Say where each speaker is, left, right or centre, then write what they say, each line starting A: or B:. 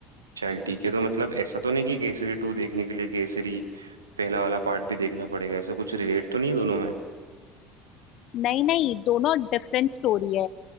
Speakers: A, on the right; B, on the left.
A: चल ठीक है तो मतलब ऐसा तो नहीं कि केसरी टू देखने के लिए केसरी पहला वाला पार्ट भी देखना पड़ेगा ऐसा कुछ रिलेट तो नहीं है दोनों में
B: नहीं नहीं दोनों डिफरेंट स्टोरी है